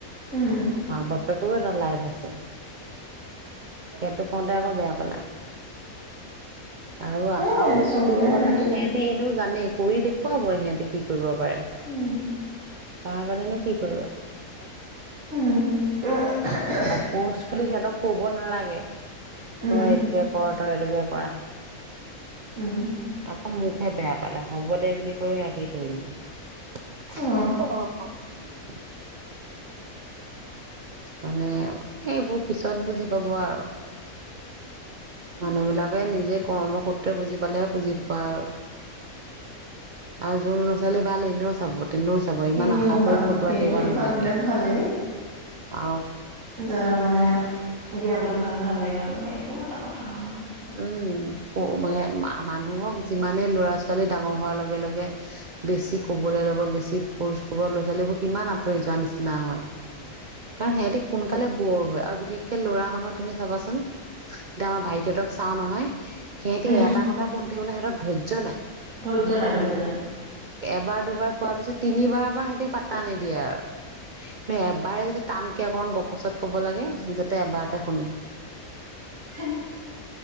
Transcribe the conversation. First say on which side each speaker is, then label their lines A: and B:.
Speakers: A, on the right; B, on the right.
A: উম
B: মাক বাপেকৰো এটা লাইফ আছ আছে। সেইটো কওঁতে আকৌ বেয়া পালে। আৰু
A: সেয়াই
B: আশাও বেছি
A: চবৰে
B: কৰি থাকিব নালাগে,
A: মেণ্টেল
B: সিহঁতি এনেও জানে কৰি দেখুৱাব সিহঁতে কি কৰিব পাৰে। তাৰ
A: উম
B: আগতে নু কি কৰিব।
A: উম <inaudible>
B: <unintelligible> <unintelligible> সিহতক ক'ব নালাগে।
A: উম
B: তই এইটোকে কৰ তই এইটোকে কৰা।
A: উম
B: আকৌ মুকহে বেয়া পালে, হ'ব দে বুলি কৈ ৰাখি থৈ দিলে। <unintelligible>
A: অ
B: মানে এইবোৰ পিছত বুজি পাব আৰু। মানুহবিলাকে নিজে কৰ্ম সূত্ৰে বুজি পালেহে বুজি পাই আৰু। আৰু যোন ল'ৰা ছোৱালী ভাল এনেও চাব। তেনেও চাব ইমান
A: এনেও
B: আশা কৰি
A: ভাল
B: খটুৱাই
A: সেইটোৱে
B: থাকিব নালাগে
A: ভাল বিলাক ভালেই।
B: আৰু
A: যাৰ মানে জ্ঞানটো ভাল ভালেই আৰু সেইটোও এটা কথা হয়।
B: উম ক-মে-মা-মানুহক যিমানে ল'ৰা ছোৱালী ডাঙৰ হোৱাৰ লগে লগে বেছি ক'বলৈ ল'ব বেছি ফৰ্চ ক'ব ল'ৰা ছোৱালীবোৰ সিমান আতৰি যোৱা নিচিনা হয়। কাৰণ সিহতি সোনকালে ব'ৰ হয় আৰু বিশেষকে ল'ৰা মানুহ তুমি চাবাচোন ডাঙৰ ভাইটীহতক চাওঁ নহয় সিহঁতি
A: উম।
B: এটা কথা শুনি থাকিবলৈ সিহঁতৰ ধৈৰ্য্য নাই।
A: ধৈৰ্য্য নাই ধৈৰ্য্য নাই।
B: দুবাৰ দুবাৰ কোৱাৰ পিছত তিনিবাৰ পৰা সিহঁতে পাতা নিদিয়ে আৰু। নে এবাৰ যদি টানকে কম গপচত ক'ব লাগে যাতে এবাৰতে শুনে।
A: সহ